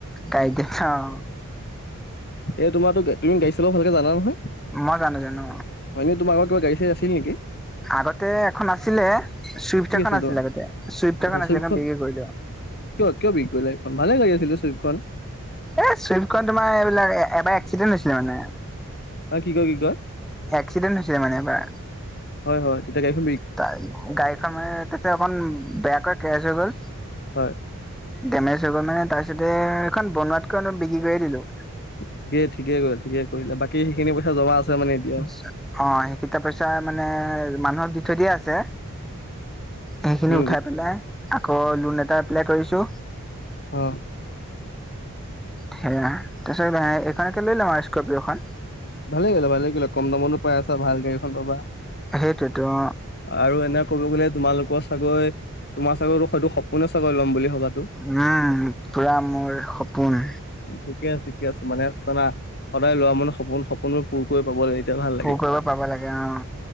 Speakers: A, in the centre; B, on the left.
A: গাইতি অ'
B: এ তোমাৰো তুমি গাড়ী চলাব ভালকে জানা নহয়।
A: মই জানো জানো।
B: হয়নে তোমালোকৰ গাড়ী চাই আছেনেকি?
A: আগতে এখন আছিলে চুইফ্টি
B: কি
A: এখন
B: আছিল
A: আছিলে
B: তোমাৰ
A: আগতে চুইফ্টি
B: আচ্ছা
A: এখন আছিলে
B: চুইফ্টখন
A: এখন বিক্ৰী কৰিলে।
B: কিয় কিয় বিক্ৰী কৰিলা এখন ভালে লাগিছিলে আছিল চুইফ্টি খন।
A: এই চুইফ্টখন তোমাৰ এইবিলাক এবাৰ এক্সিডেণ্ট হৈছিলে মানে।
B: অ' কি কয়, কি কয়।
A: এক্সিডেণ্ট হৈছিলে মানে এবাৰ।
B: হয়, হয়। তেতিয়া গাড়ী খন
A: ত গাড়ীখন তাতে অকমান বেয়াকৈ কেচ হৈ গ'ল।
B: হয়
A: ডেমেজ হৈ গ'ল মানে তাৰপিছতে এইখন বনোৱাতকৈ বিক্ৰী কৰিয়ে দিলোঁ।
B: ঠিকেই ঠিকে কৰি ঠিকে কৰিলে বাকী সেইখিনি পইচা জমা। মানে এতিয়াও
A: অ' সেই কটা পইচা মানে মানুহক দি থৈ দিয়ে আছে। সেইখিনি
B: উম
A: উঠাই
B: উম
A: পেলাই আকৌ লোন এটাত। এপ্লেলাই কৰিছো
B: অ
A: সেয়া তাৰপিছত এইখনকে লৈ লম আৰু স্কৰ্পিঅ' খন
B: ভালে কৰিলা, ভালে কৰিলা, কম দামতো পাই আছা ভাল গাড়ীএখনন পাবা।
A: সেইটোৱেতো।
B: আৰু এনে কলো তোমালোকৰ চাগৈ তোমাৰ চাগৈ হয়তো সপোনে চাগৈ লম বুলি ভবাটো।
A: উম, পুৰা মোৰ সপোন।
B: ঠিকে আছে, ঠিকে আছে, মানে সদায় লোৱা মানে সপোন সপোনো পোৰকৈ পাব লাগে, এতিয়া ভাল
A: পুৰ
B: লাগে।
A: কৰিব পাব লাগে অ